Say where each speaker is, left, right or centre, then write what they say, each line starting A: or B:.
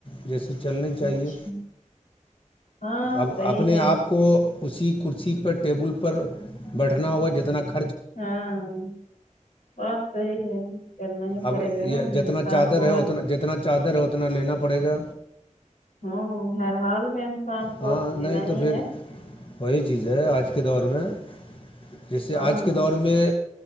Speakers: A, on the left (about 45°); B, on the left (about 90°).
A: جیسیے چلنی
B: اچھا
A: چاہیے
B: ہاں
A: اب
B: صحیح
A: اپنے
B: ہے
A: آپ کو اسی کرسی پر ٹیبل پر کرنا ہوا جتناک
B: ہاں بات صحی ہے کرنا ہی پڑے
A: اب
B: گا
A: یہ
B: نا
A: جتنا
B: انسان
A: چادر
B: کو
A: ہے
B: ہر
A: اتنا جتنا چادر اتنا لینا پڑے گا
B: ہوں ہر حال میں انسان کو
A: ہاں
B: دینا
A: نہیں تو
B: ہی
A: پھر
B: ہے
A: وہی چیز ہے آج کے دور میں جیسے
B: ہاں
A: آج کے دور میں